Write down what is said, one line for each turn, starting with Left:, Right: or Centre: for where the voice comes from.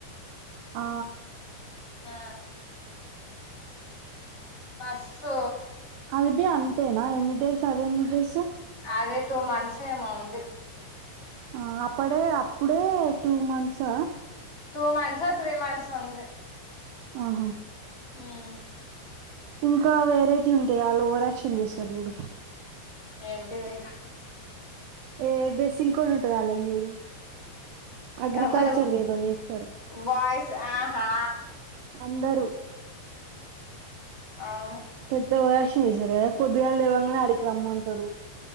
Right: ఆ.
Left: ఆ. బస్సు.
Right: అది బి అంతేనా, ఎన్నిడేస్ అదేన్ని డేసు.
Left: అదే టూ మంత్స్ ఏమో ఉంది.
Right: ఆ అప్పడే, అప్పుడే టూ మంత్స్ ఆ.
Left: టూ మంత్స్ ఓ, త్రీ మంత్స్ ఉంది.
Right: ఆహా.
Left: ఉమ్.
Right: ఇంకా వెేరైటీ ఉంటాయి, ఆళ్ళు ఓవర్ యాక్షన్ చేస్తారు చూడు.
Left: ఏంటివి.
Right: ఏ డ్రెస్సింగ్ కోడ్ ఉంటది వాళ్ళకు చూడు అగ్రికల్చర్ది
Left: ఎవరు
Right: ఏదో చేస్తారు
Left: బాయ్స్ ఆహా
Right: అందరూ
Left: అవును
Right: పెద్ద ఓవరాక్షన్ చేస్తారూ కదా పొద్దుగాళ్ళు లేవంగానే ఆడికి రమ్మంటారు